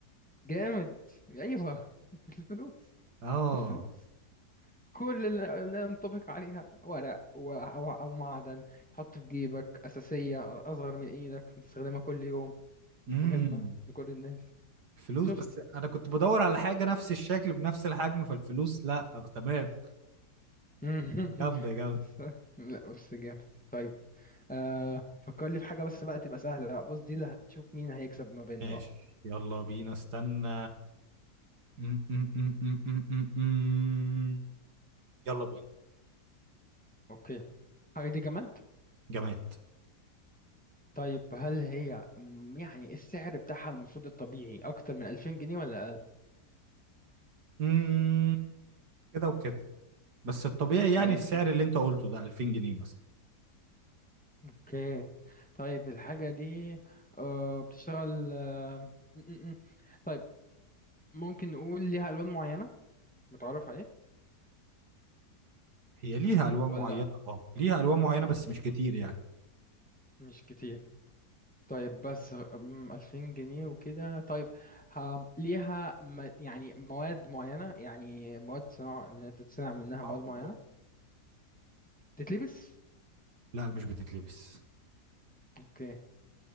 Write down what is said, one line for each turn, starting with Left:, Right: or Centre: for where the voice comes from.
Centre: جامد ايوه <laughs> الفلوس
Right: آه
Centre: الفلوس كل اللي اللي ينطبق عليها ورق و- او او معدن تحطه في جيبك اساسية اصغر من ايدك بتستخدمها كل يوم
Right: امم
Centre: مهمة لكل الناس
Right: الفلوس
Centre: شفت
Right: بس أنا كنت بدور على حاجة نفس الشكل بنفس الحجم فالفلوس لا آه، تمام
Centre: <laughs>
Right: جامدة جامدة
Centre: بس لا بس جامد طيب آه فكر لي في حاجة بس بقى تبقى سهلة لا بص دي اللي هتشوف مين هيكسب ما بيننا
Right: ماشي
Centre: بقى
Right: يلا بينا استنى م- م- م- م- م- م- م. يلا بينا
Centre: اوكي حاجة دي جماد
Right: جماد
Centre: طيب هل هي م- يعني السعر بتاعها المفروض الطبيعي أكتر من 2000 جنيه ولا أقل؟
Right: م- كده وكده بس الطبيعي يعني
Centre: يعني
Right: السعر
Centre: في
Right: اللي انت قلته ده 2000 جنيه مثلا
Centre: أوكي طيب الحاجة دي آه، بتشتغل آه، م- م- م. طيب ممكن نقول ليها ألوان معينة متعرف عليه
Right: هي ليها الوان
Centre: ولا
Right: معينه اه ليها الوان معينه بس مش كتير يعني
Centre: مش كتير طيب بس م، 2000 جنيه وكده طيب ها- ليها م- يعني مواد معينة يعني مواد صناعة اللي هي تتصنع منها
Right: اه
Centre: مواد معينة
Right: آه.
Centre: تتلبس؟
Right: لا مش بتتلبس
Centre: أوكي